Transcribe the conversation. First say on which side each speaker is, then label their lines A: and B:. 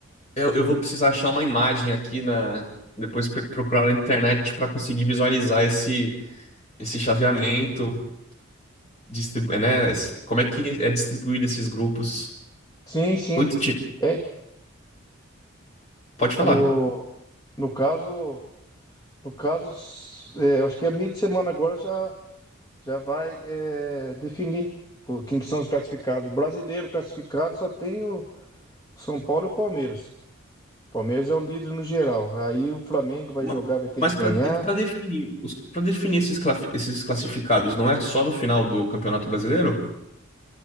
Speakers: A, on the left; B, on the left.
A: Eu, eu vou precisar achar uma imagem aqui na. Depois pr- procurar na internet pra conseguir visualizar esse. esse chaveamento, distribu né? es- Como é que é distribuído esses grupos?
B: Sim, sim.
A: Oito times.
B: É,
A: Pode falar.
B: no, no caso, no caso, s- é, eu acho que a meio de semana agora já, já vai é, definir o, quem que são os classificados. Brasileiro classificado só tem o São Paulo e o Palmeiras. Palmeiras é o líder no geral. Aí o Flamengo vai
A: Ma-
B: jogar, vai ter
A: Mas
B: que ganhar.
A: para definir os, para definir esses, clafi- esses classificados, não é só no final do Campeonato Brasileiro?